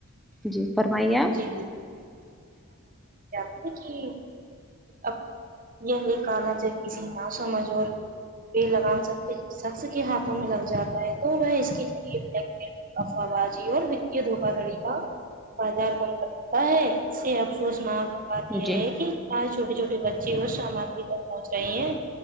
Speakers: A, in the centre; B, on the right.
A: جی فرمائیے آپ
B: جی نا کی اب یہ جن کسی موسم موضول لگام سص شخص کے ہاتھوں میں لگ جاتا ہے تو وہ اس کے ذریعے بلیک میل افوہ بازی اور وتی دھوکا داڑی کا بازار گرم کرتا ہے اس سے افسوس ناک بات
A: آپ
B: یہ
A: جی
B: ہے کہ آج چھوٹے چھوٹے بچے وہ سامگری تک پہنچ رہے ہیں